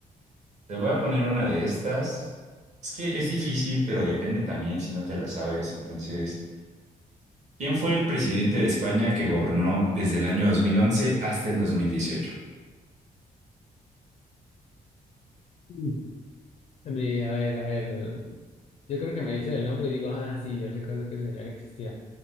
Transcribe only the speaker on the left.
<laughs> Mm. De, a ver, a ver, me lo- yo creo que me dice el nombre y digo, ah, sí, yo recuerdo que el señor existía.